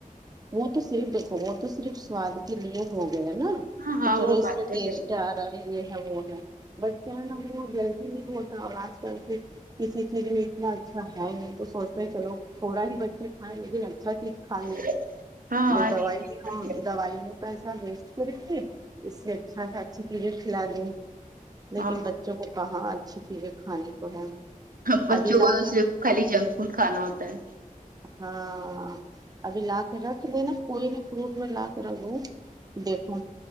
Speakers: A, on the right (about 25°); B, on the right (about 75°).
A: وہ تو صرف دیکھو وہ تو صرف سواد کے لیے ہو گیا نا
B: ہاں
A: کہ
B: ہاں
A: چلو
B: وہ
A: اس
B: بات
A: میں
B: تو
A: ٹیسٹ
B: صحیح
A: آ یہ ہے وہ ہے بٹ کیا ہے نا وہ جلدی نہیں ہوتا اور آج کل پھر کسی چیز میں اتنا اچھا ہے نہیں تو سوچتے چلو تھوڑا ہی بچے کھائیں لیکن اچھا چیز کھا لے
B: ہے، ہاں ہاں
A: ج دوائی
B: نہیں صحیح
A: بھی ہم
B: بات ہے،
A: دوائی میں پیسہ ویسٹ کریں گے اس سے اچھا سے اچھی چیزیں کھلا دیں لیکن
B: ہاں
A: بچوں کو کہاں اچھی چیزیں کھانے کو ہے
B: بچوں
A: ابھی لا
B: کو
A: کے
B: صرف خالی جنک فوڈ کھانا ہوتا ہے
A: ہاں ابھی لاک رکھ دینا کوئی بھی فروٹ میں لا کر رکھ دو دیکھو